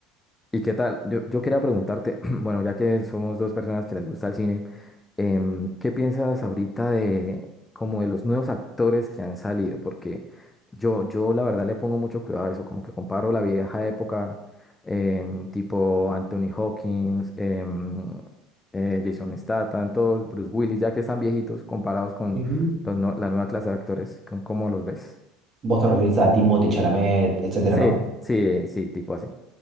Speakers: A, on the left (about 15°); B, on the right (about 35°).
A: ¿Y qué tal? Yo, yo quería preguntarte, <clears throat> bueno, ya que somos dos personas que les gusta el cine. em, ¿qué piensas ahorita de como de los nuevos actores que han salido? Porque yo, yo la verdad le pongo mucho cuidado a eso, como que comparo la vieja época, em, tipo Anthony Hawkins, em, eh, Jason Statham, todos, Bruce Willis, ya que están viejitos comparados con
B: Ujú.
A: los no- la nueva clase de actores, con- ¿cómo los ves?
B: Vos te referís a Timothée Chalamet, etcétera,
A: Sí,
B: ¿no?
A: sí, sí, tipo así.